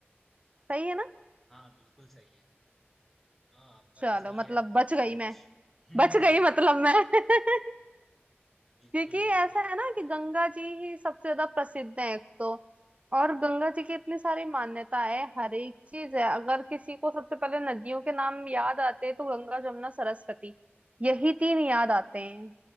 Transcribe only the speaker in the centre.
हाँ बिल्कुल सही है हाँ, आपका
भी सही
है
नॉलेज
<laughs>
बिल्कुल
बिल्कुल
हाँ